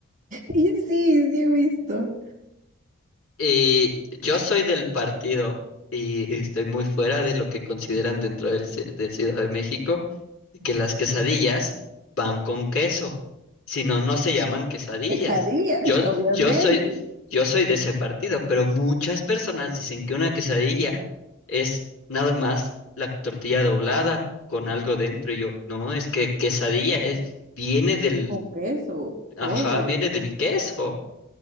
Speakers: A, on the right (about 35°); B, on the left (about 75°).
A: Y sí, sí he visto.
B: Y yo soy del partido y estoy muy fuera de lo que consideran dentro del, ci- de Ciudad de México, de que las quesadillas van con queso, si no, no se llaman quesadillas.
A: Quesadillas,
B: Yo,
A: obviamente.
B: yo soy, yo soy de ese partido, pero muchas personas dicen que una quesadilla es nada más la tortilla doblada con algo dentro. Y yo, no, es que quesadilla es, viene del,
A: Con queso,
B: ajá,
A: obvio.
B: viene del queso,